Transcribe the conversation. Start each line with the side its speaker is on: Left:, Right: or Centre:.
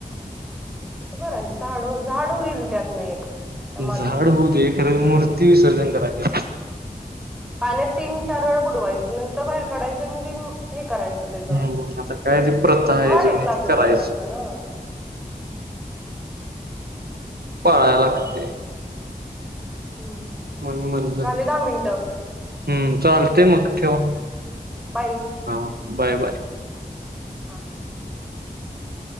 Centre: तुज बरायचं झाड झाड होईल त्यातन एक त्या मातीतनं.
Right: झाड बहुतर मूर्ती विसर्जन करायची
Centre: पाण्यात तीन चार वेळ बुडवायचे नंतर बाहेर काढायचे दीन हे करायचे त त्याच
Right: हम्म आता काय ती प्रथा आहे
Centre: झाड
Right: जुनी
Centre: एक लागलं
Right: ती करायची
Centre: म्हणायचं ना
Right: पाळाया लागते
Centre: हम्म.
Right: म्हणून म्हणलं
Centre: झाले दहा मिनिटं.
Right: हम्म चालते मग ठेवा
Centre: बाई
Right: हा बाय बाय
Centre: हा